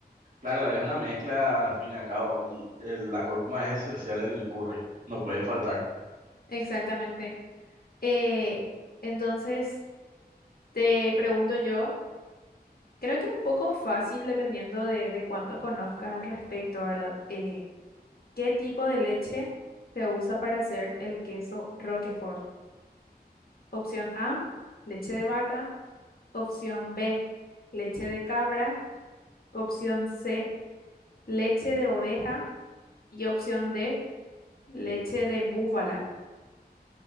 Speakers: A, on the right; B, on the left.
A: Claro, es una mezcla al fin y al cabo y el- la cúrcuma es esencial en el curry, no puede faltar.
B: Exactamente. Eh, entonces, te pregunto yo, creo que un poco fácil dependiendo de, de cuánto conozcas al respecto, ¿verdad? Eh, ¿qué tipo de leche se usa para hacer el queso Roquefort? Opción A, leche de vaca. Opción B, leche de cabra. Opción C, leche de oveja. Y opción D, leche de búfala.